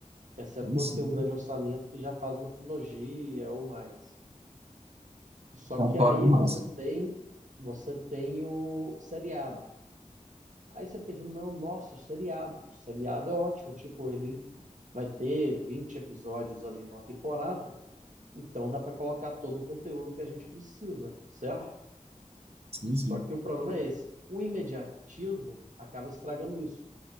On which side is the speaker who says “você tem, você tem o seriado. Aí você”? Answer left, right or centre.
Right